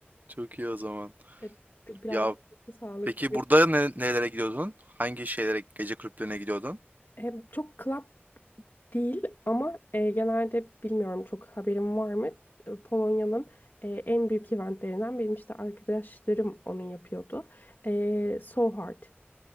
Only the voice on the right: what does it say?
çok iyi o zaman.
Ya
peki burada ne, nelere gidiyordun? Hangi şeylere, gece kulüplerine gidiyordun?